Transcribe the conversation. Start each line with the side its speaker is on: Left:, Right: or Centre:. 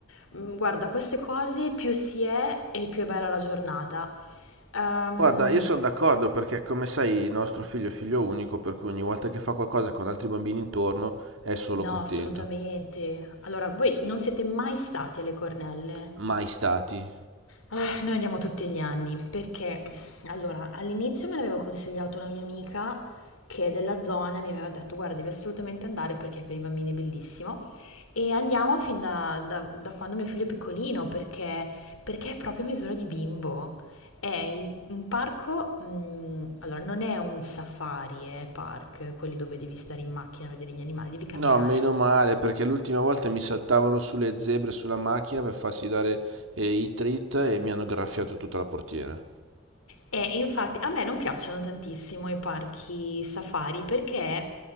Left: mh, guarda, queste cose più si è e più è bella la giornata. Ehm,
Right: Guarda, io sono d'accordo perché come sai il nostro figlio è figlio unico, per cui ogni volta che fa qualcosa con altri bambini intorno è solo
Left: no,
Right: contento.
Left: assolutamente. Allora, voi non siete mai stati alle Cornelle?
Right: Mai stati.
Left: Ah, noi andiamo tutti gli anni perché allora all'inizio me l'aveva consigliato una mia amica che è della zona e mi aveva detto guarda devi assolutamente andare perché per i bambini è bellissimo e andiamo fin da, da- da quando mio figlio è piccolino perché, perché è proprio a misura di bimbo. È il- un parco, mm, allora non è un safari, è park, quelli dove devi stare in macchina a vedere gli animali, devi camminare.
Right: No, meno male perché l'ultima volta mi saltavano sulle zebre sulla macchina per farsi dare eh, i treat e mi hanno graffiato tutta la portiera.
Left: E infatti a me non piacciono tantissimo i parchi safari perché